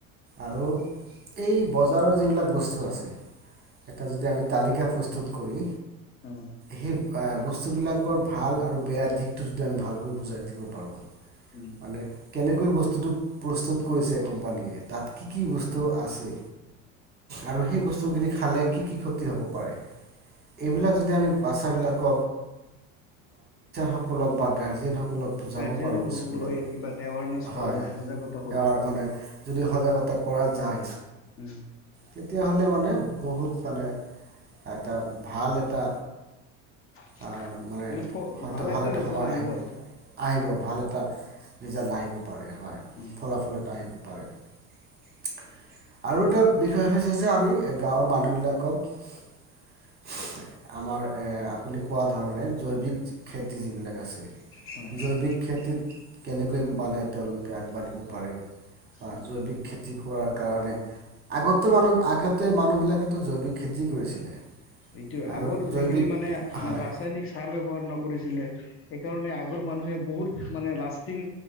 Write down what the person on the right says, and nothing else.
আৰু এই বজাৰৰ যিবিলাক বস্তু আছে এটা যদি আমি তালিকা প্ৰস্তুত কৰি
সেই অ', বস্তুবিলাকৰ ভাল আৰু বেয়া দিশ টো যদি আমি ভালকৈ বুজাই দিব পাৰোঁ।
মানে কেনেকৈ বস্তুটোক প্ৰস্তুত কৰিছে কোম্পানীয়ে? তাত কি কি
বস্তু আছে? আৰু সেই বস্তুখিনি খালে কি কি ক্ষতি হ'ব পাৰে? এইবিলাক যদি আমি বাছাবিলাক <unintelligible> স বা গাৰ্জেনসকলক বুজাব
পাৰোঁ স্কুলত
হয়
মানে। যদি সজাগতা কৰা যায়।
তেতিয়া হলে মানে বহুত মানে এটা ভাল এটা।
আহ মানে
হয়তো ভাল এটা সময়
আহি
আহিব ভাল এটা ৰিজাল্ট আহিব।
ফলাফল এটা আহিব। আৰু এটা বিষয় হৈছে যে আমি গাঁৱৰ মানুহবলাকক আমাৰ এ আপুনি কোৱা ধৰণে জৈৱিক। যিবিলাক আছে।
জৈৱিক খেতিত। কেনেকৈ মানে তেওঁলোকে আগবাঢ়িব পাৰে। বা
জৈৱিক ক্ষেত্ৰ কৰাৰ কাৰণে আগতো মানুহ আগতে মানুহ বিলাকেো জৈৱিক খেতি কৰিছিলে।
আৰু
জৈৱিক
হয়